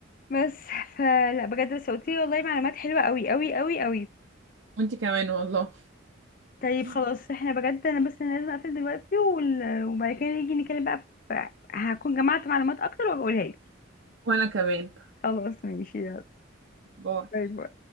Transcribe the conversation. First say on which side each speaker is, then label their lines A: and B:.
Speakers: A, on the left; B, on the right.
A: بس فلا بجد بس قلتيلي والله معلومات حلوه قوي قوي قوي قوي
B: وانتي كمان والله
A: طيب
B: <laughs>
A: خلاص احنا بجد انا بس انا لازم اقفل دلوقتي وال- وبعد كده نيجي نتكلم بقى في... هكون جمعت معلومات اكتر وبقولها لك
B: وانا كمان
A: خلاص ماشي يلا
B: باي
A: باي باي